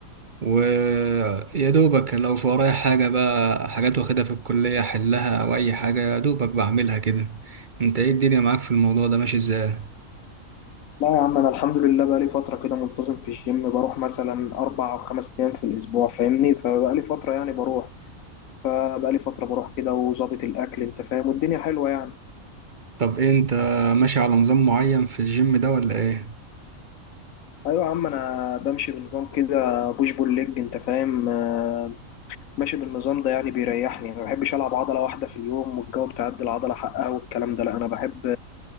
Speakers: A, on the right; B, on the left.
A: ويا دوبك لو في ورايا حاجة بقى حاجات واخدها في الكلية احلها او اي حاجة يا دوبك بعملها كده انت ايه الدنيا معاك في الموضوع ده ماشي ازاي؟
B: لا يا عم انا الحمد لله بقالي فتره كده منتظم في الجيم بروح مثلا اربع او خمس ايام في الاسبوع فاهمني فبقالي فتره يعني بروح فبقالي فتره بروح كده وظابط الاكل انت فاهم والدنيا حلوه يعني
A: طب إيه انت ماشي على نظام معين في الجيم ده ولا ايه؟
B: ايوه يا عم انا بمشي بنظام كده بوش بول ليج انت فاهم آه، ماشي بالنظام ده يعني بيريحني ما بحبش العب عضله واحده في اليوم والجو بتاع العضله حقها والكلام ده لا انا بحب